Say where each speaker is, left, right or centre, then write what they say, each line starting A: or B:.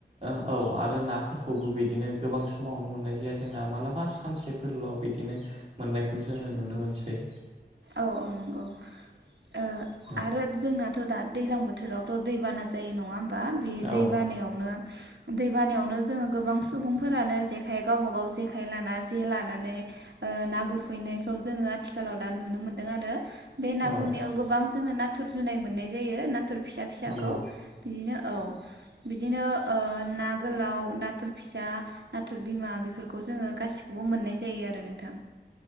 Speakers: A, on the right; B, on the right.
A: औ आरो नाफोरखौबो बिदिनो गोबां समावनो मोननाय जाया जोंना मालाबा सानसेफोरल' बिदिनो मोननायखौ जोङो नुनो मोनसै
B: औ औ नंगौ ओ
A: औ
B: आरो जोंना थ दा दैलां बोथोरावथ' दैबाना जायो नङा बा बे
A: औ
B: दै बानायावनो दैबानायावनो जोङो गोबां सुबुंफोरानो जेखाइ गावबा गाव जेखाय लाना जे लानानै ना अ गुरफैनायखौ जोङो आथिखालाव दा नु नुनो मोनदों आरो। बे ना
A: औ
B: गुरनायाव गोबां जोङो नाथुर जुनाय मोननाय जायो नाथ फथुर फिसा फिसाखौ
A: नंगौ
B: बिदिनो औ बिदिनो अ ना गोलाव नाथुर फिसा नाथुर बिमा बेफोरखौ जोङो गासिखौबो मोननाय जायो आरो नोंथां